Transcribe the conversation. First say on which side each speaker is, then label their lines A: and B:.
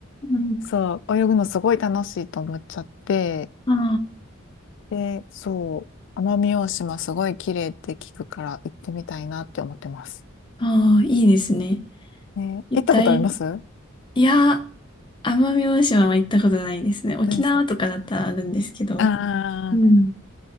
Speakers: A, on the left; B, on the left.
A: うん。
B: そう、泳ぐのすごい楽しいと思っちゃって、
A: あ
B: で、そう、奄美大島すごい綺麗って聞くから行ってみたいなって思ってます。
A: あ、ああ、いいですね。
B: ね、
A: 一体、
B: 行ったことありますな
A: いや、奄美大島は行ったことないですね。沖縄とかだったらあるんですけど。
B: いです。ああ、
A: うん。